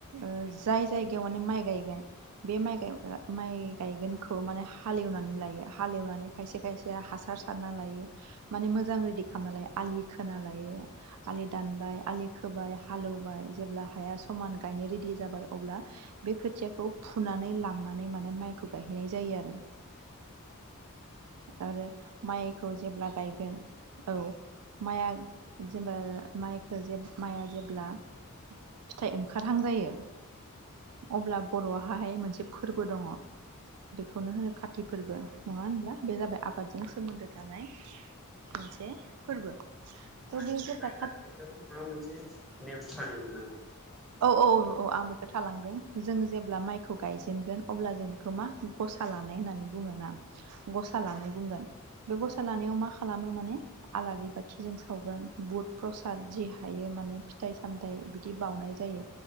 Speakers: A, on the right (about 85°); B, in the centre.
A: ओ जाय जायगायाव माने माइ गायगोन बे माइ माइ गायगोनखौ माने हालेवनानै लायो हालेवनानै खायसे खायसेया हासार सारना लायो माने मोजां रेडि खामना लायो। खोना लायो आलि दानबाय, आलि खोबाय हालौवबाय जेब्ला हाया समान गायनो रेडि जाबाय अब्ला, बे खोथियाखौ फुनानै लांनानै माने माइखौ गायहैनाय जायो आरो। आरो मायखौ जेब्ला गायगोन औ माया जेनबा मायखो जे माइआ जेब्ला फिथाइ ओंखारहां जायो, अब्ला बर'हाहाय मोनसे फोरबो दङ। बेखौनो होनो खाति फोरबो। नङ होनब्ला? बे जाबाय आबादजों सोमोन्दो। थानाय मोनसे फोरबो। थ'
B: माइ
A: बे जेब्ला
B: माइ गायनायावथ'
A: खा
B: माबा मोनसे नेम फालियोमोन नामा?
A: औ औ औ आं बेखौ थालांदों, जों जेब्ला माइखौ गायजेनगोन अब्ला जों बेखौ मा गसा लानाय होननानै बुङोना। गसा लानाय बुंगोन, बे गसा लानायाव मा खालामो माने आलारि बाथिजों सावगोन बुद प्रसाद जि हायो माने फिथाइ सामथाइ बिदि बावउनाय जायो,